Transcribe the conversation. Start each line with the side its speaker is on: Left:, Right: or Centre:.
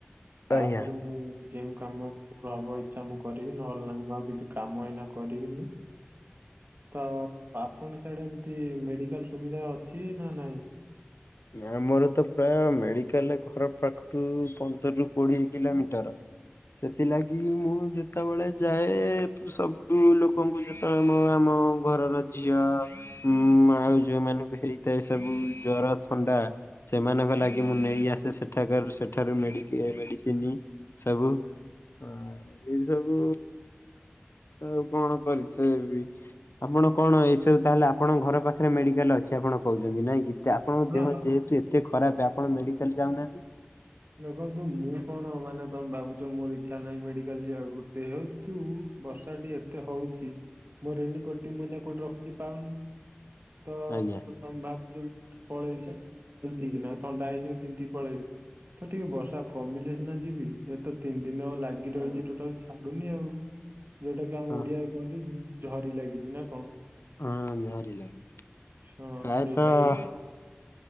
Right: ତାପରେ
Left: ଆଜ୍ଞା
Right: ମୁଁ ଯେଉଁ କାମ ମୋର ହବ ଇଛା ମୁଁ କରିବି, ନହେଲେ ନାଇଁ ମୁଁ ଆଉ କିଛି କାମ ଏଇନା କରିବିନି। ତ ଆପଣ ସିଆଡେ ଏମିତି ମେଡିକାଲ ସୁବିଧା ଅଛି ନା ନାଇଁ?
Left: ନା ଆମର ତ ପ୍ରାୟ ମେଡିକାଲ୍ ଘର ପାଖରୁ ପନ୍ଦରରୁ କୋଡିଏ କିଲୋମିଟର। ସେଥିଲାଗି ମୁଁ ଯେତେବେଳେ ଯାଏ ସବୁ ଲୋ କଙ୍କୁ ଯେତେବେଳେ ମୁଁ ଆମ ଘରର ଝିଅ ହୁଁ ଆଉ ଯୋଉ ମାନଙ୍କୁ ହେଇଥାଏ ସବୁ ଜ୍ୱର ଥଣ୍ଡା ସେମାନଙ୍କ ଲାଗି, ମୁଁ ନେଇ ଆସେ ସେଠାକାର ସେଠାରୁ ମେଡିକେୟାର ମେଡିସିନ। ସବୁ ହଁ ଏଇ ସବୁ ଆଉ କଣ କରିଥିବି? ଆପଣ କଣ ଏଇସବୁ ତାହଲେ ଆପଣଙ୍କ ଘର ପାଖରେ ମେଡିକାଲ ଅଛି, ଆପଣ କହୁଛନ୍ତି ନାଇଁ କି? ଆପଣଙ୍କ
Right: ହଁ
Left: ଦେହ ଯେହେତୁ ଏତେ ଖରାପ, ଆପଣ ମେଡିକାଲ୍ ଯାଉନାହାନ୍ତି?
Right: ଦେଖନ୍ତୁ ମୁଁ କଣ ମାନେ, ତମେ ଭାବୁଛ ମୋର ଇଚ୍ଛା ନାହିଁ ମେଡିକାଲ ଯିବାକୁ। ଯେହେତୁ ବର୍ଷାଟି ଏତେ ହଉଚି, ମୋ ରେନିକୋଟ ଟି ମୁଁ ଏଇନା କୋଉଠି ରଖିଛି ପାଉନି? ତ
Left: ଆଜ୍ଞା
Right: ତମେ ଭାବୁଛ କି ମୁଁ କୁଆଡ଼େ ପଳେଇବିି <unintelligible> ନା ଥଣ୍ଡା ହେଇଯିବି ମୁଁ ତିନ୍ତିକି ପଳେଇବି। ତ ଟିକେ ବର୍ଷା କମିଲେ ସିନା ଯିବି, ଏ ତ ତିନି ଦିନ ହବ ଲାଗି ରହିଛି ଟୋଟାଲ୍ ଛାଡୁନି ଆଉ। ଯୋଉଟା କି ଆମ
Left: ହଁ
Right: ଓଡିଆରେ କୁହନ୍ତି ଝରି ଲାଗିଛି ନା କଣ?
Left: ହଁ ଝରି ଲାଗିଛି।
Right: ହଁ
Left: ପ୍ରାୟତଃ
Right: ସେଇଟା ହେଇଛି।